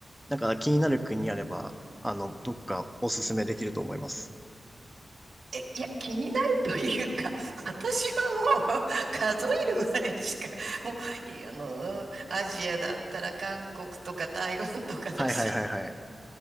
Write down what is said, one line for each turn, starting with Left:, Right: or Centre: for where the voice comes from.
Centre: なんか気になる国あれば、あの、どっかおすすめできると思います。
Right: え、いや、気になるというか、私はもう <laughs> 数えるぐらいしか、もう、いあの、アジアだったら韓国とか台湾とかだし、
Centre: はいはいはいはい。